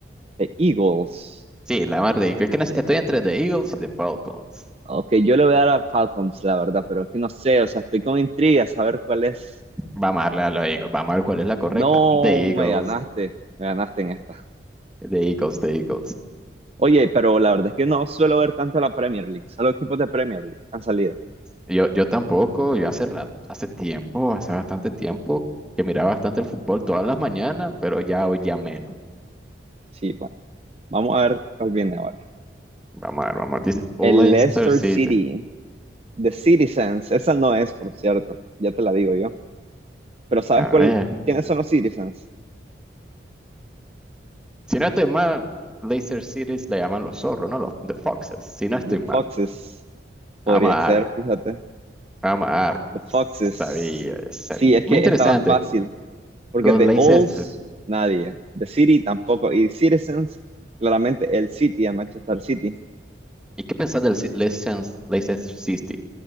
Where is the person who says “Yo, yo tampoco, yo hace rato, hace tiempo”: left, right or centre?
Centre